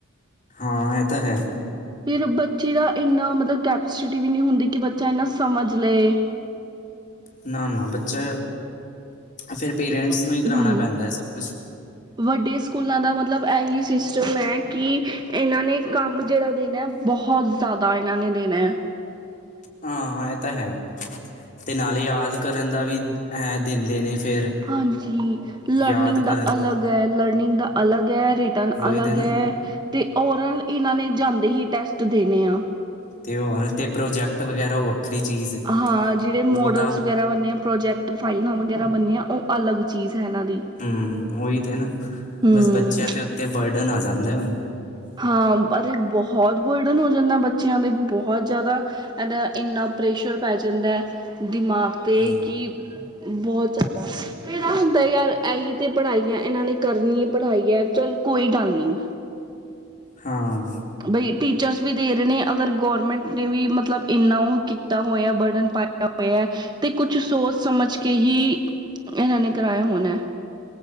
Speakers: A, on the left; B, on the right.
A: ਹਾਂ, ਇਹ ਤਾਂ ਹੈ।
B: ਫਿਰ, ਬੱਚੇ ਦਾ ਇੰਨਾ ਮਤਲਬ ਕੈਪੈਸਿਟੀ ਵੀ ਨਹੀਂ ਹੁੰਦੀ ਕਿ ਬੱਚਾ ਇੰਨਾ ਸਮਝ ਲਏ।
A: ਨਾ-ਨਾ ਬੱਚਾ, ਫੇਰ ਪੇਰੈਂਟਸ
B: ਹਮ
A: ਨੂੰ ਹੀ ਕਰਾਉਣਾ ਪੈਂਦਾ ਹੈ ਸਭ ਕੁਛ।
B: ਵੱਡੇ ਸਕੂਲਾਂ ਦਾ ਮਤਲਬ ਇਹੀ ਸਿਸਟਮ ਹੈ ਕਿ, ਇਹਨਾਂ ਨੇ ਕੰਮ ਜਿਹੜਾ ਦੇਣਾ, ਬਹੁਤ ਜ਼ਿਆਦਾ ਇਹਨਾਂ ਨੇ ਦੇਣੈ।
A: ਹਾਂ, ਇਹ ਤਾਂ ਹੈ, ਤੇ ਨਾਲੇ ਯਾਦ ਕਰਨ ਦਾ ਵੀ ਇਹ ਦਿੰਦੇ ਨੇ ਫਿਰ।
B: ਹਾਂਜੀ। ਲਰਨਿੰਗ
A: ਯਾਦ ਕਰਨ
B: ਦਾ
A: ਤੋਂ
B: ਅਲੱਗ ਹੈ-ਲਰਨਿੰਗ ਦਾ ਅਲੱਗ ਹੈ, ਰਿਟਰਨ ਦਾ
A: ਉਹੀ
B: ਅਲੱਗ
A: ਤੇ ਨਾ
B: ਹੈ। ਤੇ ਓਰਲ, ਇਹਨਾਂ ਨੇ ਜਾਂਦੇ ਹੀ ਟੈਸਟ ਦੇਣੇ ਆ।
A: ਤੇ ਹੋਰ, ਤੇ ਪ੍ਰੋਜੈਕਟ ਵਗੈਰਾ ਉਹ ਵੱਖਰੀ ਚੀਜ਼ ਏ।
B: ਹਾਂ, ਜਿਹੜੇ ਮੋਡਲਸ
A: ਉਹ ਤਾਂ
B: ਵਗੈਰਾ ਬੰਨੇ ਆ ਪ੍ਰੋਜੈਕਟ ਫਾਈਲਾਂ ਵਗੈਰਾ ਬਣਨੀਆਂ, ਉਹ ਅਲੱਗ ਚੀਜ਼ ਹੈ ਇਹਨਾਂ ਦੀ।
A: ਹੂੰ, ਉਹੀ ਤਾਂ ਹੈ ਨਾ!
B: ਹਮ
A: ਬਸ ਬੱਚਿਆਂ ਦੇ ਉੱਤੇ ਬਰਡਨ ਆ ਜਾਂਦਾ ਹੁਣ।
B: ਹਾਂ, ਇਹ ਬਹੁਤ ਬੋਝ ਬਣ ਜਾਂਦਾ ਬੱਚਿਆਂ ਤੇ, ਬਹੁਤ ਜ਼ਿਆਦਾ। ਇੰਹਦਾ ਇੰਨਾ ਪ੍ਰੈਸ਼ਰ ਪੈ ਜਾਂਦਾ ਦਿਮਾਗ 'ਤੇ
A: ਹੂੰ।
B: ਕਿ ਬਹੁਤ ਜ਼ਿਆਦਾ। ਫੇਰ ਇਹ ਹੁੰਦਾ ਯਾਰ, ਇਹੀ ਤਾਂ ਪੜ੍ਹਾਈ ਆ, ਇਹਨਾਂ ਨੇ ਕਰਨੀ ਹੈ ਪੜ੍ਹਾਈ ਹੈ, ਚੱਲ, ਕੋਈ ਗੱਲ ਨਹੀਂ।
A: ਹਾਂ।
B: ਬਈ, ਟੀਚਰਸ ਵੀ ਦੇ ਰਹੇ ਨੇ, ਅਗਰ ਗੌਰਮੈਂਟ ਨੇ ਵੀ ਮਤਲਬ ਇੰਨਾ ਉਹ ਕੀਤਾ ਹੋਇਆ, ਬਰਡਨ ਪਾ ਹੋਇਆ, ਤਾਂ ਕੁਝ ਸੋਚ-ਸਮਝ ਕੇ ਹੀ, ਇਹਨਾਂ ਨੇ ਕਰਾਇਆ ਹੋਣਾ।